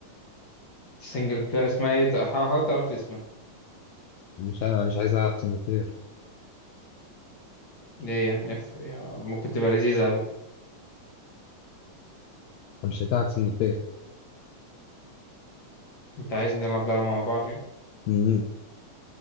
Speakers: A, on the left; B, on the left.
A: السنجل بلاي اسمها ايه تع- حاول حاول تعرف لي اسمها
B: مش ع- مش عايز العب سنجل بلاير
A: ليه يعني اف... يعني ممكن تبقى لذيذة على فكرة
B: مش هتلعب سنجل بلاير
A: انت عايز نلعب لعبة مع بعض يعني
B: مم.